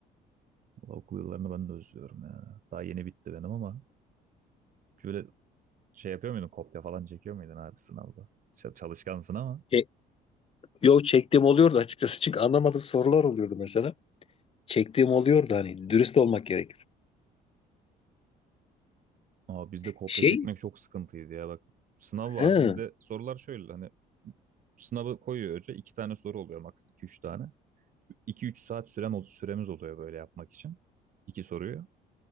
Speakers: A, on the right; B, on the left.
A: Valla okul yıllarını ben de özlüyorum ya. Daha yeni bitti benim ama şöyle şey yapıyor muydun? Kopya falan çekiyor muydun abi sınavda? Ç- Çalışkansın ama.
B: E, yok çektiğim oluyordu açıkçası. Çünkü anlamadığım sorular oluyordu mesela. Çektiğim oluyordu hani dürüst olmak gerek.
A: Aa, bizde kopya
B: Şey,
A: çekmek çok sıkıntıydı ya bak. Sınav vardı.
B: ha,
A: Bizde sorular şöyle hani sınavı koyuyor hoca. iki tane soru oluyor maks iki üç tane. 2-3 saat sürem, süremiz oluyor böyle yapmak için. İki soruyu.